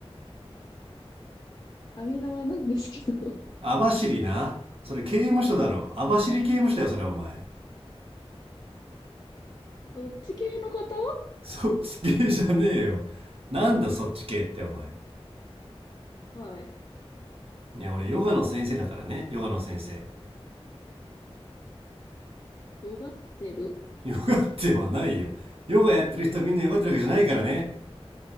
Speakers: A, on the left; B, on the right.
A: 網縄なんですけど。<laughs>
B: 網走な。それ刑務所だろ。網走刑務所だよ、それお前。
A: どっち系の方
B: そっち系じゃねえよ。なんだそっち系ってお前。
A: はい。
B: いや、俺ヨガの先生だからね。ヨガの先生。
A: よがってる
B: ヨガってはないよ。ヨガやってる人みんなヨガってるわけじゃないからね。